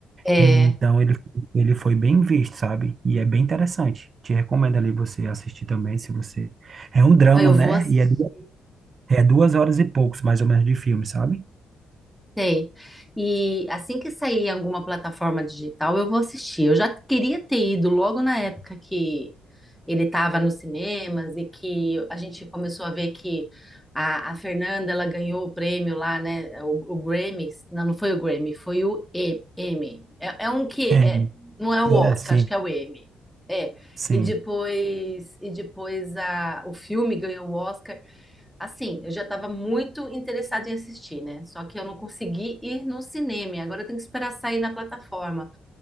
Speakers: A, in the centre; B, on the right.
A: É,
B: E, então ele, ele foi bem visto, sabe? E é bem interessante. Te recomendo ali você assistir também, se você... É um drama,
A: não, eu
B: né?
A: vou assistir.
B: E é, du- é duas horas e poucos, mais ou menos, de filme, sabe?
A: Sei. E assim que sair em alguma plataforma digital, eu vou assistir. Eu já queria ter ido logo na época que ele estava nos cinemas e que a gente começou a ver que a, a Fernanda ela ganhou o prêmio lá, né? O, o Grammy. Não, não foi o Grammy, foi o E- M. É, é um que
B: É,
A: é, não é o Oscar,
B: é sim,
A: acho que é o M. É.
B: sim.
A: E depois, e depois a, o filme ganhou o Oscar. Assim, eu já estava muito interessada em assistir, né? Só que eu não consegui ir no cinema. Agora eu tenho que esperar sair na plataforma.